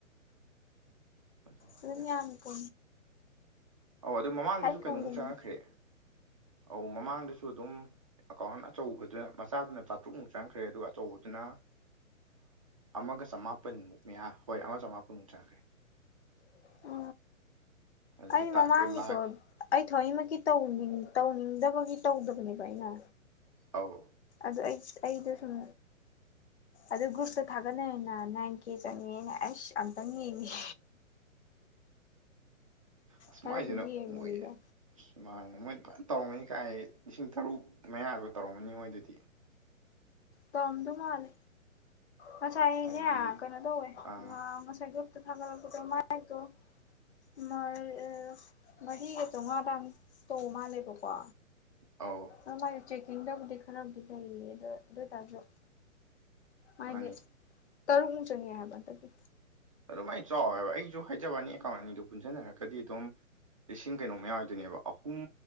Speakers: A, on the right (about 25°); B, on the left (about 55°).
A: ꯑꯗꯨꯃꯥꯏꯅ
B: ꯑꯗꯨꯝ ꯌꯥꯝꯃꯤ ꯀꯣ
A: ꯑꯧ ꯑꯗꯨ ꯃꯃꯥꯡꯗꯁꯨ
B: ꯀꯧꯒꯨꯝꯕꯅꯤ
A: ꯀꯩꯅꯣꯃꯨꯛ ꯆꯪꯉꯛꯈ꯭ꯔꯦ ꯑꯧ ꯃꯃꯥꯡꯗꯁꯨ ꯑꯗꯨꯝ ꯑꯀꯥꯎꯟ ꯑꯆꯧꯕꯗꯨꯅ ꯃꯆꯥꯗꯨꯅ ꯆꯥꯇ꯭ꯔꯨꯛꯃꯨꯛ ꯆꯪꯈ꯭ꯔꯦ ꯑꯗꯨꯒ ꯑꯆꯧꯕꯗꯨꯅ ꯑꯃꯒ ꯆꯃꯥꯄꯟꯃꯨꯛ ꯃꯌꯥ ꯍꯣꯏ ꯑꯃ ꯆꯃꯥꯄꯟꯃꯨꯛ ꯆꯪꯈ꯭ꯔꯦ
B: <unintelligible>
A: ꯑꯗꯒꯤ
B: ꯑꯩ
A: ꯇꯥꯛꯁꯇꯣ
B: ꯃꯃꯥꯡꯒꯤꯗꯣ
A: ꯂꯥꯛ
B: ꯑꯩ ꯊꯑꯣꯏꯃꯛꯀꯤ ꯇꯧꯅꯤꯡ ꯇꯧꯅꯤꯡꯗꯕꯒꯤ ꯇꯧꯗꯕꯅꯦꯕ ꯑꯩꯅ
A: ꯑꯧ
B: ꯑꯗꯨ ꯑꯩ ꯑꯩꯗꯣ ꯁꯨꯝ ꯑꯗꯨ ꯒ꯭ꯔꯨꯞꯇ ꯊꯥꯒꯠꯅꯩꯅ ꯅꯥꯏꯟ ꯀꯦ ꯆꯪꯉꯦꯅ ꯑꯩꯁ ꯑꯝꯇꯪ ꯌꯦꯡꯉꯦ
A: ꯑꯁ
B: ꯈꯔꯖꯨ
A: ꯃꯥꯏꯁꯤꯅ
B: ꯌꯦꯡꯕꯅꯤꯗ
A: ꯃꯣꯏ ꯑꯁ ꯃꯥꯡꯉꯦ ꯃꯣꯏꯅ ꯐꯟ ꯇꯧꯔꯝꯒꯅꯤ ꯀꯥꯏ ꯂꯤꯁꯤꯡ ꯇꯔꯨꯛ ꯃꯌꯥꯒ ꯇꯧꯔꯝꯒꯅꯤ ꯃꯣꯏ ꯑꯗꯨꯗꯤ
B: ꯇꯝꯗꯨ ꯃꯥꯜꯂꯤ ꯉꯁꯥꯏ ꯑꯩꯅꯦ
A: ꯍꯥꯏꯗꯤ
B: ꯀꯩꯅꯣ ꯇꯧꯋꯦ
A: ꯑꯥ
B: ꯑ ꯉꯁꯥꯏ ꯒ꯭ꯔꯨꯞꯇ ꯊꯥꯒꯠꯂꯛꯄꯗꯣ ꯃꯥꯏꯗꯣ ꯃꯔ ꯑ ꯃꯔꯤꯒ ꯆꯧꯃꯉꯥ ꯑꯗꯥꯏꯃꯨꯛ ꯇꯧ ꯃꯥꯜꯂꯦꯕꯀꯣ
A: ꯑꯧ
B: ꯑ ꯃꯥꯏꯖꯦ ꯆꯦꯛꯀꯤꯡꯗꯕꯨꯗꯤ ꯈꯔꯕꯨꯗꯤ ꯂꯩꯌꯦ ꯑꯗꯣ ꯑꯗꯨ ꯑꯣꯏꯇꯥꯔꯁꯨ ꯃꯥꯐꯗꯤ
A: ꯃꯥꯅꯤ
B: ꯇꯔꯨꯛꯃꯨꯛ ꯆꯪꯉꯦ ꯍꯥꯏꯕ ꯍꯟꯗꯛꯀꯤ
A: ꯑꯗꯣ ꯃꯥꯏ ꯆꯥꯎꯋꯦ ꯍꯥꯏꯕ ꯑꯩꯖꯨ ꯍꯥꯏꯖꯋꯥꯅꯤ ꯑꯦꯀꯥꯎꯟ ꯑꯅꯤꯗꯨ ꯄꯨꯟꯖꯟꯅꯔꯒꯗꯤ ꯑꯗꯨꯝ ꯂꯤꯁꯤꯡ ꯀꯩꯅꯣ ꯃꯌꯥ ꯑꯣꯏꯗꯣꯏꯅꯦꯕ ꯑꯍꯨꯝ